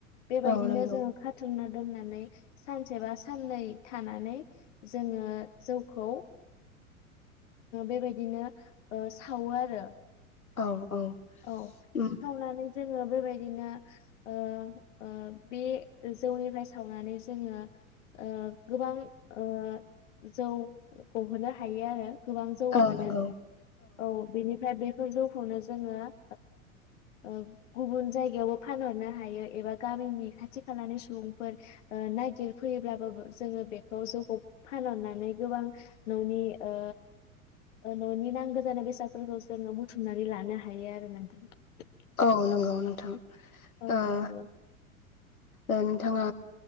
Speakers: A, on the left; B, on the left.
A: बेबायदिनो
B: औ नंगौ
A: जोङो खाथुमना दोननानै सानसेबा सानननै थानानै जोङो जौखौ बेबायदिनो सावो आरो
B: औ औ
A: औ
B: उम
A: सावनानै जों बेबायदिनो ओ ओ बे जौनिफ्राय सावनानै जों ओ गोबां ओ जौ गहोनो हायोआरो गोबां जौ
B: औ
A: मोनो
B: नंगौ
A: औ बेनिफ्राय बेफोर जौ खौनो जोङो ओ ओ गुबुन जायगायावबो फानहरनो हायो एबा गामिनि खाथि खालानि सुबुंफोर ओ नागिरफैयोब्लाबो जों बेखौ जौखौ फानहरनानै गोबां ननि ओ ननि नांगौ जानाय बेसादफोरखौ जों बुथुमनानै लानो हायो आरो। <unintelligible>
B: औ नंगौ नोंथां।
A: औ
B: ओ
A: नोंगौ।
B: ओ नोंथाङा